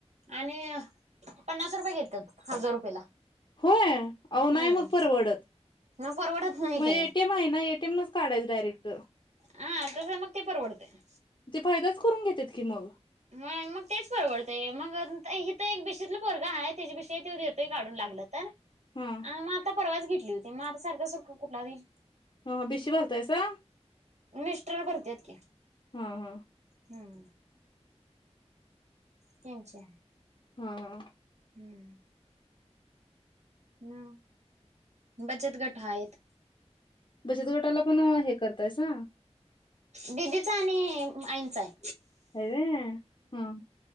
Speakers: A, on the right; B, on the left.
A: आणि पन्नास रुपये घेत्यात हजार रुपयेला.
B: होय आवो
A: हम्म.
B: नाही मग परवडत,
A: मग परवडत नाही
B: म
A: ते
B: ए टी एम हाय ना ए टी एम नच काढायच डायरेक्ट.
A: हा तसं मग ते परवडतंय.
B: ते फायदाच करून घेतेत की मग?
A: मग मग तेच परवडतय, मग हित एक बीशीतल पोरग हाय तेची बिशी हाय त्यो देतोय काढून लागलं तर
B: हम्म.
A: मग आता परवाच घेतली होती मग आता सारखं सारखं कुटला दिल?
B: हं बिशी भरताईसा?
A: मिस्टर भरत्यात की.
B: हां हां.
A: हम्म. त्यांच्या.
B: हां हां.
A: हम्म. न, बचत गट आहेत.
B: बचत गटाला पण हे करतायसा?
A: दिदीच आणि आईंचा हाय.
B: हाय वे हा.